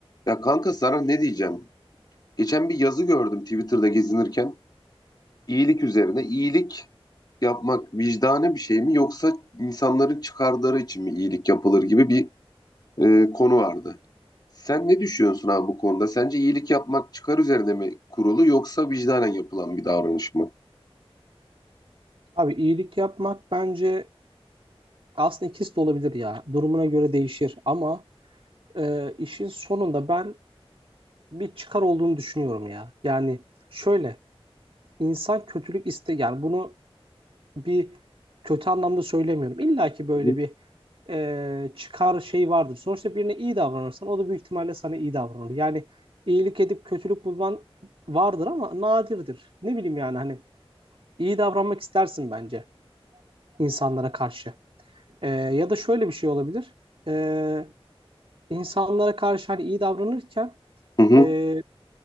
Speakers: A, on the left; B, on the right.
A: Ya kanka sana ne diyeceğim? Geçen bir yazı gördüm Twitter'da gezinirken. İyilik üzerine iyilik yapmak vicdani bir şey mi yoksa insanların çıkarları için mi iyilik yapılır gibi bir e, konu vardı. Sen ne düşünüyorsun abi bu konuda? Sence iyilik yapmak çıkar üzerine mi kurulu yoksa vicdanen yapılan bir davranış mı?
B: Abi iyilik yapmak bence aslında ikisi de olabilir ya. Durumuna göre değişir ama e, işin sonunda ben bir çıkar olduğunu düşünüyorum ya. Yani şöyle insan kötülük iste yani bunu bir kötü anlamda söylemiyorum. İlla ki böyle
A: Hı hı.
B: bir e, çıkar şey vardır. Sonuçta birine iyi davranırsan o da büyük ihtimalle sana iyi davranır. Yani iyilik edip kötülük bulman vardır ama nadirdir. Ne bileyim yani hani iyi davranmak istersin bence insanlara karşı. E, ya da şöyle bir şey olabilir. E, insanlara karşı hani iyi davranırken
A: Hı hı.
B: e,